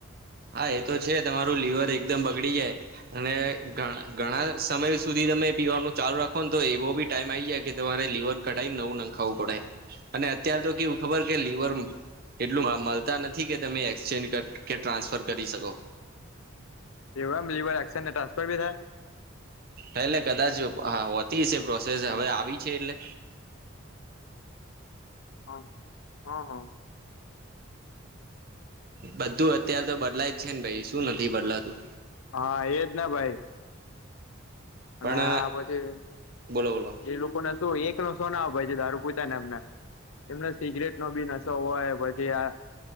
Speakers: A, on the right (about 45°); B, on the left (about 85°).
A: હા એ તો છે તમારું લીવર એકદમ બગડી જાય. અને ધણ ઘણા સમય સુધી તમે પીવા નુ ચાલુ રાખો ને તો એવો બી ટાઈમ આવી જાય કે તમારે લીવર કઠાઈને નવું નખાવું પડે અને અત્યારે તો કેવુ ખબર કે લીવર એટલું મ મળતા નથી કે તમે એક્સચેન્જ કર કે ટ્રાન્સફર કરી શકો.
B: એવુ એમ લિવર એક્ષેન્જ ને ટ્રાન્ફર બી થાય?
A: હા એટલે કદાચ હા હોતી હશે પ્રોસેસ હવે આવી છે એટલે
B: હા હ હ.
A: બધું અત્યારે તો બદલાય જ છે ને ભાઈ શું નથી બદલાતું.
B: હા એજ ને ભાઈ.
A: પણ
B: અને આ પછી
A: બોલો બોલો
B: એ લોકોને શુ એક નો સોના ભાઈ અપાય જે દારૂ પીતા હોય ને એમને એમને સિગરેટ નો બી નશો હોય પછી આ